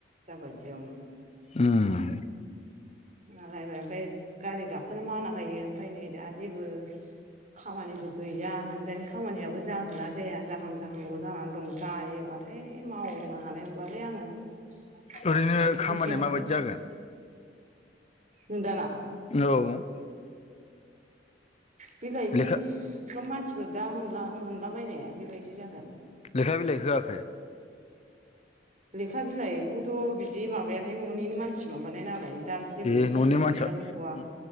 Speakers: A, on the right (about 40°); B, on the left (about 35°).
A: जाबाय बेयावनो।
B: उम
A: नालायबाय ओमफ्राय गारि गाखोनो माना होयो ओमफ्राय नै दा जेबो। खामानिबो गैया नोंदानि खामानियाबो जागोन ना जाया जाहां जाहांल' जानानै दं। जायोबाथाय मावनो हानाय नंलालै आङो ओंखारसैसो
B: ओरैनो खामानिया
A: आंबो।
B: माबायदि जागोन
A: निदाना।
B: औ।
A: बिलाइ बि
B: लेखा
A: <unintelligible> मानसिफोर दा मोनला मोनलाबायनाया बेबायदि जागोन।
B: लेखा बिलाइ होआखै?
A: लेखा बिलाइखौथ' बिदि माबायाखै न'निनो मानसि माबानाय नालाय दा। जेबो
B: ए
A: लेखा
B: ननि
A: बिलाइनि
B: मानसिया
A: खोथा गैथ'वा